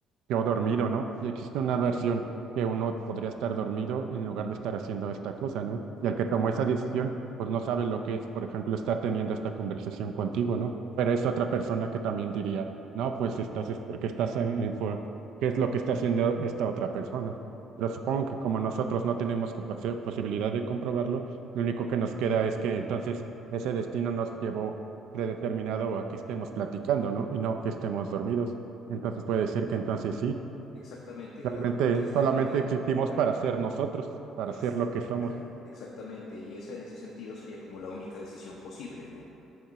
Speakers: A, on the right; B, on the left.
A: quedó dormido, ¿no? Y existe una versión que uno podría estar dormido en lugar de estar haciendo esta cosa, ¿no? Y el que tomó esa decisión, pues no sabe lo que es, por ejemplo, estar teniendo esta conversación contigo, ¿no? Pero es otra persona que también diría, no, pues estás, es porque estás, eh, por- ¿qué es lo que está haciendo esta otra persona? Pero supongo que como nosotros no tenemos como posibilidad de comprobarlo, lo único que nos queda es que entonces ese destino nos llevó predeterminado a que estemos platicando, ¿no? Y no que estemos dormidos. Entonces puede decir que entonces sí,
B: Exactamente,
A: realmente
B: claro, porque es la
A: solamente
B: única,
A: existimos
B: claro.
A: para ser nosotros, para
B: Ex-
A: ser lo que somos.
B: <clears throat> Exactamente, y esa en ese sentido sería como la única decisión posible, ¿no?